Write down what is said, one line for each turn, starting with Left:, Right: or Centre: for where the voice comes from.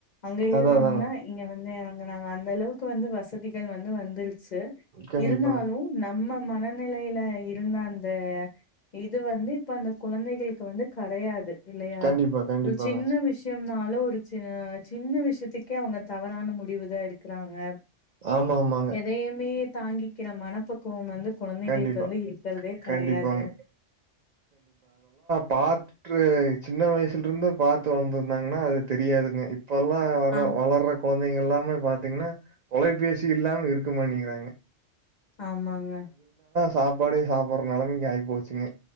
Left: அங்க ஏற்னாங்கன்னா
Right: அதான் அதாங்க.
Left: இங்க வந்து எறங்குறாங்க அந்த அளவுக்கு வந்து வசதிகள் வந்து வந்துருச் சு
Right: கண்டிப்பாங்க.
Left: இருந்தாலு நம் ம மனநெலையில இருந்த அந்த இது வந்து இப்ப அந்த குழந்தை களுக்கு வந்து கடையாது இல்லையா
Right: கண்டிப்பா, கண்டிப்பாங்க.
Left: ஒரு சின்ன விஷ்யோ னாலு ஒரு சின் சின்ன விஷ்யத்துக்கே அவுங்க தவறான முடிவுதா எடுக்குறாங்க
Right: ஆமா ஆமாங்க
Left: எதையுமே தாங்கிக்கிற மனப்பக் குவோ வந்து கொழந்தைங்களுக்கு
Right: கண்டிப்பா,
Left: வந்து இருக்குறதே கெடையாதுங்க
Right: கண்டிப்பாங்க. பாற்று சின்ன வயசுல்ட்ருந்து பாத்து வள்ந்திந்தாங்கன்னா அது தெரியாதுங்க இப்பெல்லா வர
Left: ஆமாங்க
Right: வளர்ற குழந்தைங்கெல்லாமே பாத் தீங்ன்னா தொலைபேசி இல்லாம இருக்கமாட்டிங்கிறாங்க
Left: ஆமாங்க
Right: சாப்பாடே சாப்புற் நெலமைக்கு ஆய் போச்சுங்க